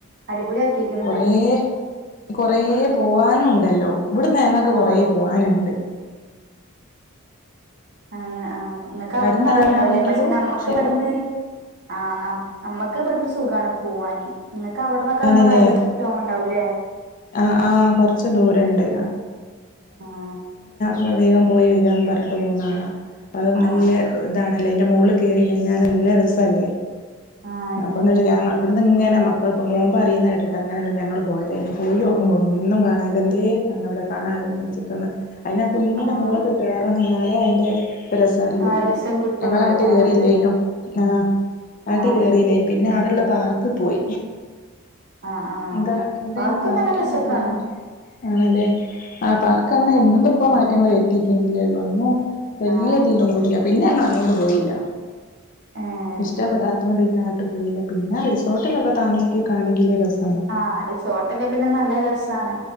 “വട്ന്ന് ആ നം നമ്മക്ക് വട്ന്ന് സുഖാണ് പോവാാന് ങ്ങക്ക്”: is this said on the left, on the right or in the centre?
Right